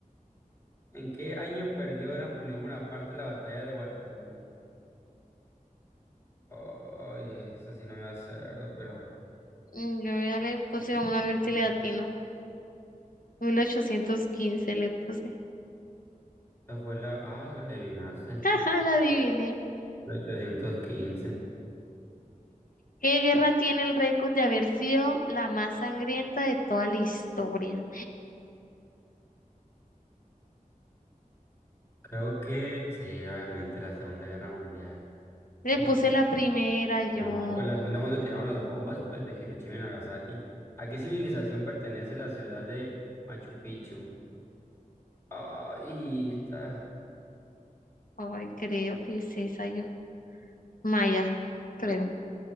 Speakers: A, on the left; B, on the left.
A: ¿En qué año perdió Napoleón Bonaparte la batalla de Waterloo? Ay, esta sí no me acuerdo, pero
B: Mm, Yo ya le puse una vertilatina. mil ochocientos quince le puse. <laughs>
A: esta fue la... Ah, la adivinaste.
B: Jaja, la adiviné.
A: La ochocientos quince
B: ¿Qué guerra tiene el récord de haber sido la más sangrienta de toda la historia?
A: Creo que sí, obviamente la Segunda Guerra Mundial.
B: Le
A: Ok.
B: puse la primera, yo.
A: No, pues las segunda cuando tiraron las bombas, pues de Hiroshima y Nagasaki. ¿A qué civilización pertenece la ciudad de Machu Picchu? Ay, está.
B: Ay, creo que es esa yo. Maya, creo.